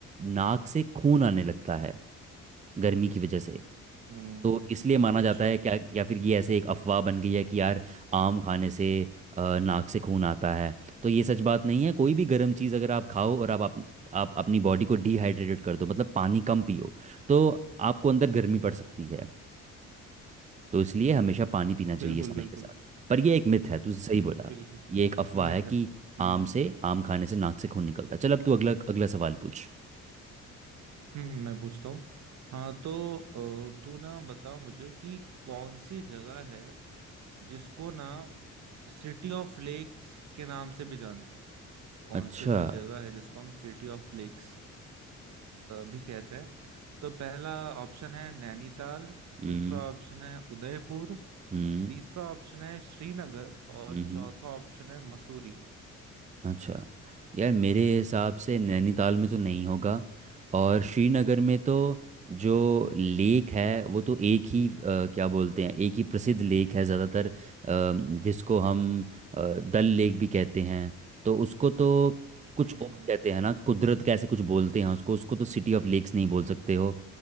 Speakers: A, on the right (about 25°); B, on the right (about 65°).
A: नाक से खून आने लगता है गर्मी की वजह से
B: हम्म,
A: तो इसलिए माना
B: अच्छा
A: जाता है क्या या फिर ये ऐसे एक अफवाह बन गई है कि यार आम खाने से अ, नाक से खून आता है तो ये सच बात नहीं है कोई भी गर्म चीज़ अगर आप खाओ और आप, आप, आप अपनी बॉडी को डिहाइड्रेटेड कर दो मतलब पानी कम पियो तो आपको अंदर गर्मी पड़ सकती है तो इसलिए हमेशा पानी पीना चाहिए
B: बिल्कुल
A: समय
B: बिल्कुल
A: के साथ पर ये एक मिथ है तू सही बोला
B: बिल्कुल
A: ये एक अफवाह
B: मिथ
A: है कि
B: है हम्म
A: आम से आम खाने से नाक से खून निकलता है चल अब तू अगला अगला सवाल पूछ
B: हम्म मैं पूछता हूँ हाँ तो अ, तू ना बता मुझे कि कौन सी जगह है जिसको ना सिटी ऑफ लेक्स के नाम से भी जानते हैं कौन
A: अच्छा
B: सी ऐसी जगह है जिसको हम सिटी ऑफ लेक्स भी कहते हैं तो पहला ऑप्शन है नैनीताल
A: हम्म
B: दूसरा ऑप्शन है उदयपुर
A: हम्म
B: तीसरा ऑप्शन है श्रीनगर और
A: हम्म
B: चौथा
A: हम्म।
B: ऑप्शन है मसूरी
A: अच्छा यार मेरे हिसाब
B: City
A: से नैनीताल
B: of lakes
A: में तो नहीं होगा और श्रीनगर में तो जो लेक है वो तो एक ही अ, क्या बोलते हैं एक ही प्रसिद्ध लेक है ज़्यादातर अ, जिसको हम अ, डल लेक भी कहते हैं तो उसको तो कुछ
B: हम्म
A: और कहते हैं ना कुदरत कैसे कुछ बोलते हैं उसको उसको तो सिटी ऑफ लेक्स नहीं बोल सकते हो